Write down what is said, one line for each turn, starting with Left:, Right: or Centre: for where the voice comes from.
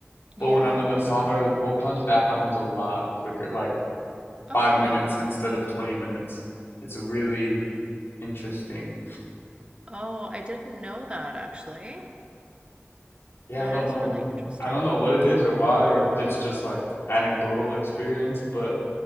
Right: yeah
Left: But when I'm in the sauna or the cold plunge, that happens a lot quicker, like
Right: oh
Left: five minutes instead of 20 minutes. It's really interesting
Right: oh i didn't know that actually
Left: Yeah,
Right: that
Left: I don't
Right: is
Left: know.
Right: really interesting
Left: I don't know what it is or why, or if it's just like anecdotal experience, but